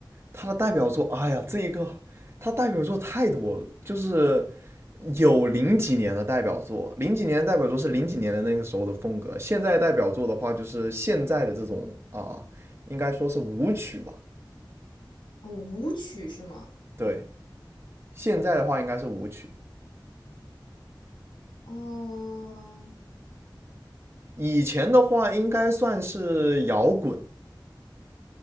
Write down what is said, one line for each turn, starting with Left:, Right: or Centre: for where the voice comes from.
Right: 他的代表作，哎呀，这一个他代表作太多了，就是有零几年的代表作，零几年的代表作是零几年的那个时候的风格，现在代表作的话就是现在的这种啊、呃应该说是舞曲吧，
Left: 哦，舞曲是吗？
Right: 对，现在的话应该是舞曲，
Left: 哦，
Right: 以前的话应该算是摇滚，